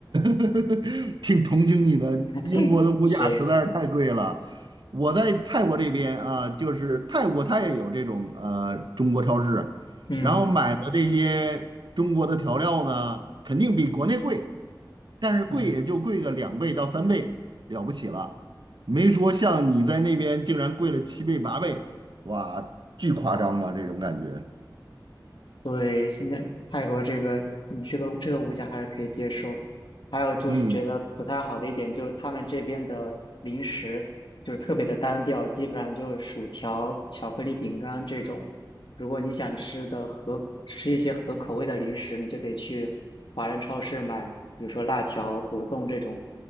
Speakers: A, on the right; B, on the left.
A: <laughs> 挺同情你的，
B: <laughs>
A: 英国的物价实在是太贵了。
B: 是，
A: 我在泰国这边啊，就是泰国它也有这种呃中国超市，
B: 嗯。
A: 然后买的这些中国的调料呢，肯定比国内贵，但是贵也就贵个两倍到三倍，
B: 嗯，
A: 了不起了。没说像你在那边竟然贵了七倍八倍，哇，巨夸张啊，这种感觉。
B: 对，现在泰国这个，你这个这个物价还是可以接受。还有就是觉得不太好的一点就是他们这边的零食就是特别的单调，
A: 嗯，
B: 基本上就是薯条、巧克力饼干这种。如果你想吃的合吃一些合口味的零食，你就得去华人超市买，比如说辣条、果冻这种。